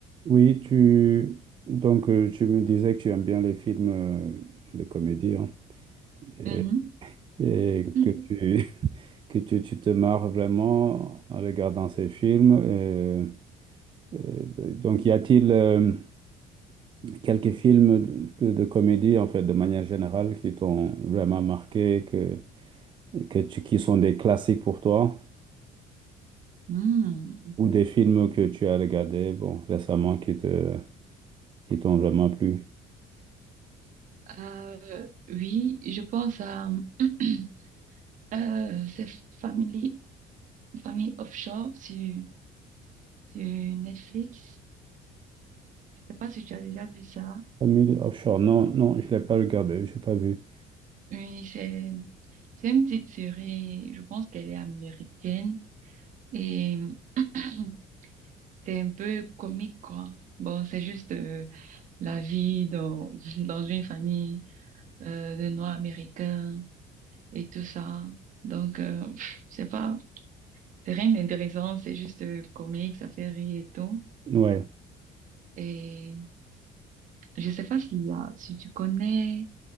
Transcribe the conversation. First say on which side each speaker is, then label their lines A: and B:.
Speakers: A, on the right (about 30°); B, on the right (about 50°).
A: Oui, tu donc euh, tu me disais que tu aimes bien les films euh, de comédie hein, et,
B: Mhm.
A: et
B: Mhm.
A: que tu <laughs> que tu, tu te marres vraiment en regardant ces films. euh, euh, donc y a-t-il euh, quelques films de, que- de comédie en fait de manière générale qui t'ont vraiment marqué que et que tu, qui sont des classiques pour toi
B: Mhm.
A: ou des films que tu as regardés bon récemment qui te qui t'ont vraiment plu?
B: Euh, oui, je pense à <clears throat> euh, c'est Family, Family Offshore sur, sur Netflix. Je sais pas si tu as déjà vu ça.
A: Family Offshore, non, non, je l'ai pas regardé, je n'ai pas vu.
B: Oui, c'est c'est une petite série. Je pense qu'elle est américaine et <clears throat> c'est un peu comique quoi. Bon, c'est juste euh, la vie dans <laughs> dans une famille euh, de Noirs américains. et tout ça. Donc, euh, pff, c'est pas, c'est rien d'intéressant, c'est juste euh, comique, ça fait rire et tout.
A: Ouais.
B: Et je sais pas s'il y a, si tu connais